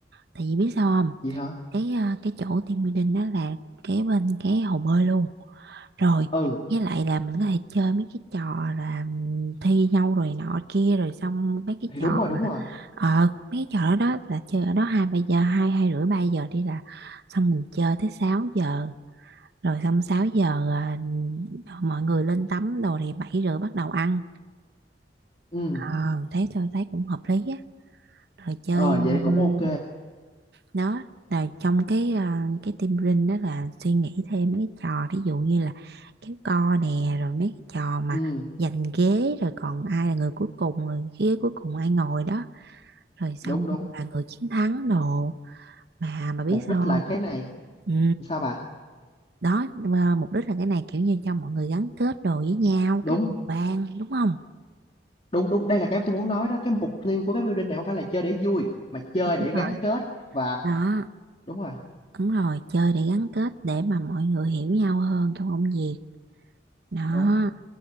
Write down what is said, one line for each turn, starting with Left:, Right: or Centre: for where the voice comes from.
Right: Tại vì biết sao không?
Left: vậy hả
Right: Cái ờ, cái chỗ team building đó là kế bên cái hồ bơi luôn. rồi
Left: ừ
Right: với lại là mình có thể chơi mấy cái trò là thi nhau rồi nọ kia rồi xong mấy cái
Left: thì
Right: trò
Left: đúng rồi đúng
Right: mà
Left: rồi
Right: ờ mấy cái trò đó đó là chơi ở đó hai ba giờ hai hai rưỡi ba giờ đi là xong mình chơi tới 6 giờ rồi xong 6 giờ à, mọi người lên tắm đồ thì 7 rưỡi bắt đầu ăn
Left: ừ
Right: Ờ, thế tôi thấy cũng hợp lý á rồi chơi
Left: ờ vậy
Right: um,
Left: thì cũng ok
Right: đó là trong cái à, cái team building đó là suy nghĩ thêm mấy cái trò ví dụ như là kéo co nè rồi mấy cái trò mà
Left: ừ
Right: giành ghế rồi còn ai là người cuối cùng người ghế cuối cùng ai ngồi đó rồi xong
Left: đúng đúng
Right: là người chiến thắng đồ mà mà biết
Left: mục đích
Right: sao
Left: là
Right: không
Left: cái này
Right: ừ
Left: sao bà
Right: đó mà mục đích là cái này kiểu như cho mọi người gắn kết đồ với nhau
Left: đúng
Right: các phòng ban đúng không
Left: đúng đúng đây là cái tôi muốn nói đó cái mục tiêu của cái building này không phải là chơi để vui mà chơi
Right: Đúng
Left: để gắn
Right: rồi.
Left: kết và
Right: đó
Left: đúng rồi
Right: đúng rồi chơi để gắn kết để mà mọi người hiểu nhau hơn trong công việc đó
Left: đúng